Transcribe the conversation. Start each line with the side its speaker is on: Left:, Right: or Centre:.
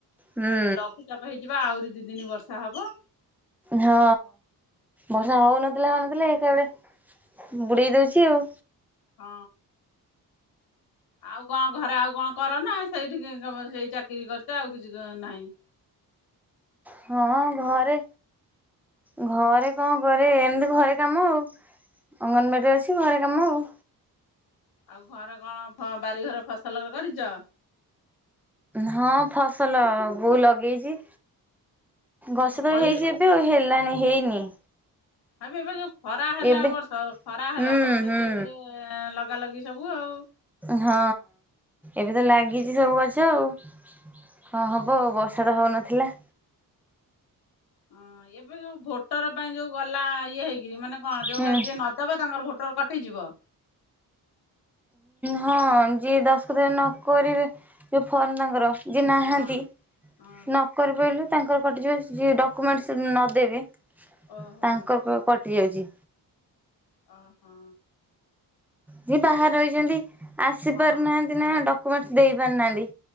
Centre: ହୁଁ
Left: ଲଘୁଚାପ ହେଇଛିପା ଆହୁରି ଦି ଦିନି ବର୍ଷା ହବ।
Centre: ହଁ ବର୍ଷା ହଉ ନଥିଲା ହଉ ନଥିଲା ଏକାବେଳେ ବୁଡେଇ ଦଉଚି ଆଉ।
Left: ହଁ। ଆଉ କଣ ଘରେ ଆଉ କଣ କର ନା ସେଇଠିକି ସେଇ ଚାକିରି କରିଚ ଆଉ କିଛି ନାହିଁ।
Centre: ହଁ ଘରେ ଘରେ କଣ କରେ ଏମିତି ଘରେ କାମ ଆଉ ଅଙ୍ଗନବାଡିରେ
Left: ଅ
Centre: ଅଛି ଘରେ କାମ ଆଉ।
Left: ଆଉ ଘରେ କଣ ଫ ବାରି ଘରେ ଫସଲ କରିଚ?
Centre: ହଁ ଫସଲ ବୋଉ ଲଗେଇଚି ଗଛ
Left: ଓହୋ
Centre: ତ
Left: ଫଳି
Centre: ହେଇଚି ଏ ଏ ତ ହେଲାଣି ହେଇନି।
Left: ଏବେ ଏବେ ଯୋଉ ଖରା ହେଲା
Centre: ଏବେ
Left: ଏ ବର୍ଷ ଖରା ହେଲା
Centre: ହୁଁ
Left: ସମସ୍ତେ
Centre: ହୁଁ
Left: ଲଗେଇ ଲଗା ଲଗି ସବୁ ଆଉ।
Centre: ହଁ ଏବେ ତ ଲାଗିଚି ସବୁ ଗଛ ଆଉ ହଁ ହବ୍ ହବ ବର୍ଷା ତ ହଉନଥିଲା।
Left: ହଁ ଏବେ ଯୋଉ ଭୋଟର ପାଇଁ ଯୋଉ ଗଲା ଇଏ ହେଇକିରି ମାନେ କଣ
Centre: ହୁଁ
Left: ଯୋଉଟା ଯିଏ ନ ଦବା ତାଙ୍କର ଭୋଟର କଟିଯିବ?
Centre: ହଁ ଯିଏ ଦଶ କଥ ନ କରିବେ ଯ ଫୋନ୍ ତାଙ୍କର ଯିଏ ନାହାନ୍ତି
Left: ହଁ
Centre: ନ
Left: ହଁ
Centre: କରିପାରିଲୁ ତାଙ୍କର କଟିଯିବ ଯିଏ ଡକ୍ୟୁମେଣ୍ଟ ନଦେବି
Left: ଓହୋ
Centre: ତାଙ୍କର କଟି ଯାଉଚି।
Left: ଓହୋ।
Centre: ଯିଏ ବାହାରେ ରହିଚନ୍ତି ଆସି
Left: ହଁ
Centre: ପାରୁନାହାନ୍ତି ନା ଡକ୍ୟୁମେଣ୍ଟ୍ ଦେଇ ପାରୁନାହାନ୍ତି।